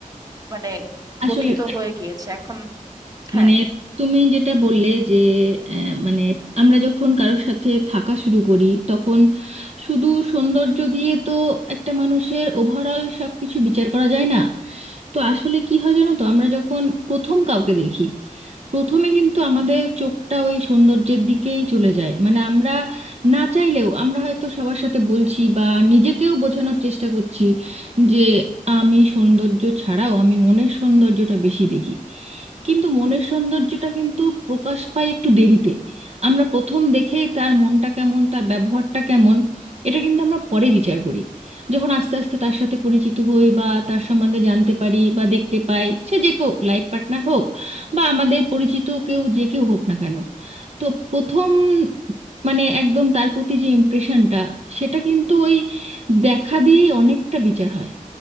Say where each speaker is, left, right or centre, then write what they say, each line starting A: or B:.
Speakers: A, on the right; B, on the right.
A: মানে
B: আসলে
A: গঠিত
B: তাই।
A: হয়ে গিয়েছে এখন হ্যাঁ
B: মানে তুমি যেটা বললে যে আহ, মানে আমরা যখন কারোর সাথে থাকা শুরু করি তখন শুধু সৌন্দর্য দিয়ে তো একটা মানুষের ওভারঅল সব কিছু বিচার করা যায় না তো আসলে কি হয় জানো তো আমরা যখন প্রথম কাউকে দেখি প্রথমে কিন্তু আমাদের চোখটা ওই সৌন্দর্যের দিকেই চলে যায় মানে আমরা না চাইলেও আমরা হয়তো সবার সাথে বলছি বা নিজেকেও বোঝানোর চেষ্টা করছি যে আমি সৌন্দর্য ছাড়াও আমি মনের সৌন্দর্যটা বেশি দেখি কিন্তু মনের সৌন্দর্যটা কিন্তু প্রকাশ পায় একটু দেরিতে আমরা প্রথম দেখে তার মনটা কেমন তার ব্যবহারটা কেমন এটা কিন্তু আমরা পরে বিচার করি যখন আস্তে আস্তে তার সাথে পরিচিত হই বা তার সম্বন্ধে জানতে পারি বা দেখতে পাই সে যে কেউ লাইফ পার্টনার হোক বা আমাদের পরিচিত কেউ যে কেউ হোক না কেন তো প্রথম মানে একদম তার প্রতি যে ইমপ্রেশনটা সেটা কিন্তু ওই দেখা দিয়েই অনেকটা বিচার হয়